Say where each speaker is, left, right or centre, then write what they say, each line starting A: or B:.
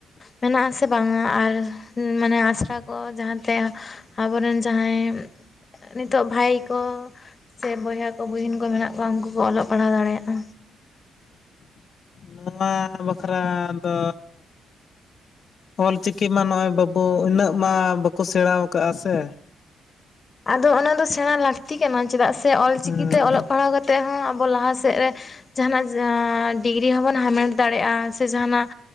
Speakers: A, on the left; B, on the left.
A: ᱢᱮᱱᱟᱜ ᱟᱥᱮ ᱵᱟᱝᱟ ᱟᱨ ᱢᱟᱱᱮ ᱟᱥᱲᱟ ᱠᱚ ᱡᱟᱦᱟᱸ ᱛᱮ ᱟᱵᱚ ᱨᱮᱱ ᱡᱟᱦᱟᱸᱭ ᱱᱤᱛᱚᱜ ᱵᱷᱟᱭ ᱠᱚ ᱥᱮ ᱵᱚᱭᱦᱟ ᱠᱚ ᱵᱩᱦᱤᱱ ᱠᱚ ᱢᱮᱱᱟᱜ ᱠᱚᱣᱟ ᱩᱱᱠᱩ ᱠᱚ ᱚᱞᱚᱜ ᱯᱟᱲᱦᱟᱣ ᱫᱟᱲᱮᱭᱟᱜᱼᱟ
B: ᱱᱚᱣᱟ ᱵᱟᱠᱷᱨᱟ ᱫᱚ ᱚᱞᱪᱤᱠᱤ ᱢᱟ ᱱᱚᱜᱼᱚᱭ ᱵᱟᱹᱵᱩ ᱤᱱᱟᱹᱜ ᱢᱟ ᱵᱟᱠᱚ ᱥᱮᱬᱟ ᱟᱠᱟᱣᱟᱜᱼᱟ ᱥᱮ
A: ᱟᱫᱚ ᱚᱱᱟ ᱫᱚ ᱥᱮᱬᱟ ᱞᱟᱹᱠᱛᱤ ᱠᱟᱱᱟ ᱪᱮᱫᱟᱜ ᱥᱮ ᱚᱞ
B: ᱦᱮᱸ
A: ᱪᱤᱠᱤ ᱛᱮ ᱚᱞᱚᱜ ᱯᱟᱲᱦᱟᱣ ᱠᱟᱛᱮᱫ ᱦᱚᱸ ᱟᱵᱚ ᱞᱟᱦᱟ ᱥᱮᱫ ᱨᱮ ᱡᱟᱦᱟᱱᱟᱜ ᱟᱸᱻ ᱰᱤᱜᱽᱨᱤ ᱦᱚᱸ ᱵᱚᱱ ᱦᱟᱢᱮᱴ ᱫᱟᱲᱮᱭᱟᱜᱼᱟ ᱥᱮ ᱡᱟᱦᱟᱱᱟᱜ